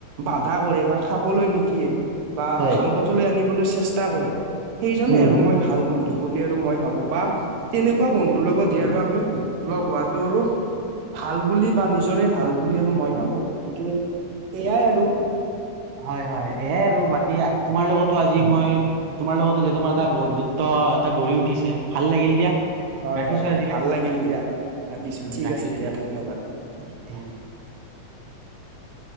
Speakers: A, on the right; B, on the right.
A: বাধা কৰে বা খাবলৈ নিদিয়ে বা
B: হয়
A: ভাল পথলৈ আনিবলৈ চেষ্টা কৰে। সেইজনে
B: উম
A: আৰু মই ভাল বন্ধু বুলি আৰু মই ভাবো বা তেনেকুৱা বন্ধুৰ লগতহে আৰু আমি লগ হোৱাতটো আৰু ভাল বুলি বা নিজৰে ভাল বুলি আৰু মই ভাবো গতিকে সেয়াই আৰু।
B: হয় হয় এয়াই আৰু বাকী তোমাৰ লগতো আজি যি মই তোমাৰ লগতো যে তুমাৰ এটা বন্ধুত্ব এটা গঢ়ি উঠিছে ভাল লাগিল দিয়া।
A: হয়,
B: ৰাখিছো
A: হয়
B: আজিলে
A: ভাল লাগিল দিয়া ৰাখিছো
B: উম
A: ঠিক
B: ৰাখিছো
A: আছে দিয়া ধন্যবাদ।
B: দিয়া
A: উম।
B: <unintelligible>